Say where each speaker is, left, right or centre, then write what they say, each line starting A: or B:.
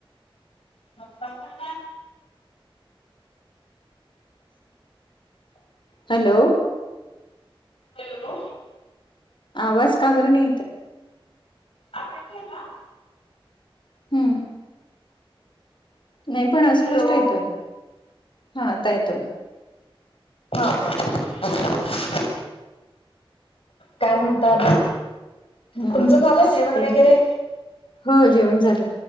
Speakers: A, on the left; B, on the left.
A: <unintelligible>
B: हॅलो.
A: हॅलो.
B: आवाज काबर नाही येत.
A: आता येतय का?
B: हम्म. नाही पण अस्पष्ट
A: हॅलो
B: येतोय हा आता येतोय.
A: हा हा. हो. काय म्हणता?
B: हम्म
A: तुमचं झालं
B: का
A: जेवण वगैरे?
B: हो जेवण झाल